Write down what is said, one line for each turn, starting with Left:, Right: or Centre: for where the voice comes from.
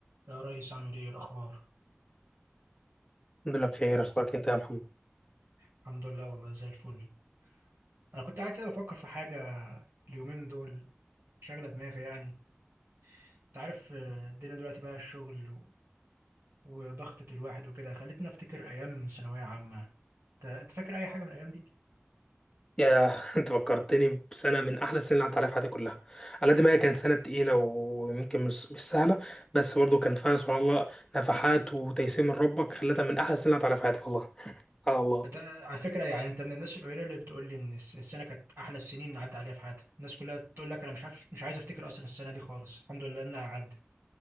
Right: يا ريس عامل ايه الاخبار
Left: الحمد لله بخير اخبارك انت يا محمد
Right: الحمد لله والله زي الفل انا كنت قاعد كده بفكر في حاجه اليومين دول شاغله دماغي يعني انت عارف آه، الدنيا دلوقتي بقى الشغل و- وضغطة الواحد وكده خلتني افتكر ايام ثانويه عامه انت أنت فاكر اي حاجه من الايام دي
Left: يا <laughs> انت فكرتني بسنه من احلى السنين اللي عدت عليها في حياتي كلها على قد ما هي كانت سنه تقيله ويمكن مش مش سهله بس برضه كان فيها سبحان الله نفحات وتيسير من ربك خلتها من احلى السنين اللي عدت عليها في حياتي والله على الله
Right: انت على فكره يعني انت من الناس القليله اللي بتقول لي ان الس- السنه كانت احلى السنين اللي عدى عليها في حياتي الناس كلها تقول لك انا مش عارف مش عايز افتكر اصلا السنه دي خالص الحمد لله انها عدت